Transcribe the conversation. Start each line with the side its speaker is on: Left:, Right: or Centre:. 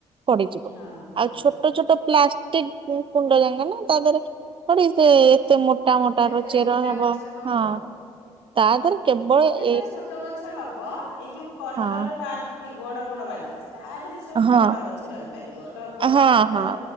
Right: ପଡିଯିବ
Left: ହଁ ପଡିଯିବ
Right: ଆଉ ଛୋଟ ଛୋଟ ପ୍ଲାଷ୍ଟିକ କୁଣ୍ଡ ଜାଙ୍କ ନା ତା ଦେହରେ ପଡିସେ ଏତେ ମୋ ଟା ମୋଟା
Left: ଏତେ
Right: ର ଚେର
Left: ମୋଟା
Right: ହେବ
Left: ଗଛ ହବ।
Right: ହଁ ତା ଦେରେ କେବଳ ଏ
Left: ତେ ଛୋଟ ଗଛ ହବ ଏଇ ଯୋଉ କଲର
Right: ହଁ।
Left: ବାଲ୍ଟି ବଡ ବଡ ବାଲଟି ତା ଦେହେରେ ସେ ସବୁ
Right: ହଁ
Left: ବଡ ଗଛ ରହିପାରିବ ଟଗର
Right: ହଁ
Left: ମନ୍ଦାର
Right: ହଁ